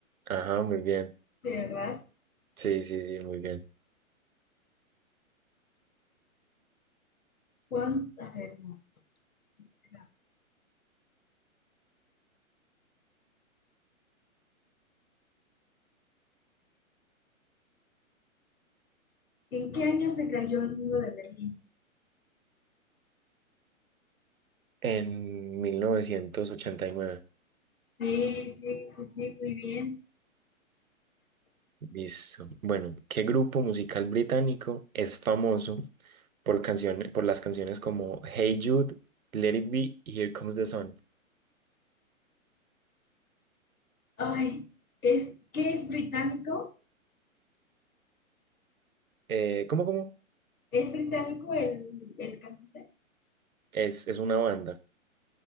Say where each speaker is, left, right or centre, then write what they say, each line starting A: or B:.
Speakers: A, on the right; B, on the left.
A: Ajá, muy bien.
B: Sí, ¿verdad?
A: Sí, sí, sí, muy bien.
B: ¿Cuán- A ver, no, no será? ¿En qué año se cayó el muro de Berlín?
A: En mil novecientos ochenta y nueve
B: Sí, sí, sí, sí, muy bien.
A: Listo. Bueno, ¿qué grupo musical británico es famoso por canciones, por las canciones como Hey Jude, Let It Be y Here Comes the Sun?
B: Ay, es, ¿qué es británico?
A: Eh, ¿cómo, cómo?
B: ¿Es británico el, el cantante?
A: Es, es una banda.